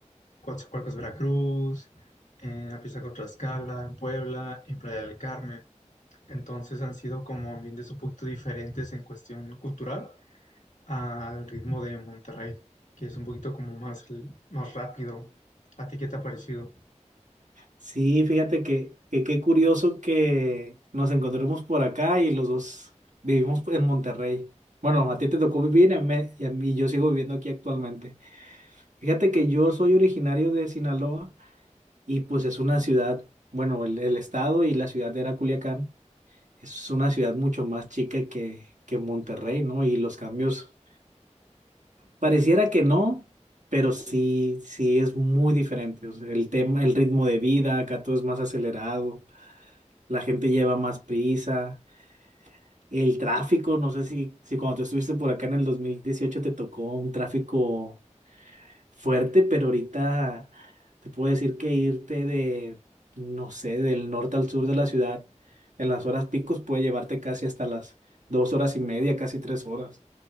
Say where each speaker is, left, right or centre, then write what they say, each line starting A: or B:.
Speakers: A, on the left; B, on the right.
A: Coatzacoalcos, Veracruz, en Apizaco, Tlaxcala, en Puebla, en Playa del Carmen. Entonces han sido como ambientes un poquito diferentes en cuestión cultural al ritmo de Monterrey, que es un poquito como más, l- más rápido. ¿A ti qué te ha parecido?
B: Sí, fíjate que, que qué curioso que nos encontremos por acá y los dos vivimos en Monterrey. Bueno, a ti te tocó vivir y a mí me- y, a mí- yo sigo viviendo aquí actualmente. Fíjate que yo soy originario de Sinaloa y pues es una ciudad, bueno, el, el estado y la ciudad era Culiacán. Es una ciudad mucho más chica que, que Monterrey, ¿no? Y los cambios. Pareciera que no, pero sí, sí es muy diferente. O sea, el tema, el ritmo de vida, acá todo es más acelerado, la gente lleva más prisa, el tráfico, no sé si, si cuando tú estuviste por acá en el 2018 te tocó un tráfico fuerte, pero ahorita te puedo decir que irte de, no sé, del norte al sur de la ciudad en las horas picos puede llevarte casi hasta las dos horas y media, casi tres horas.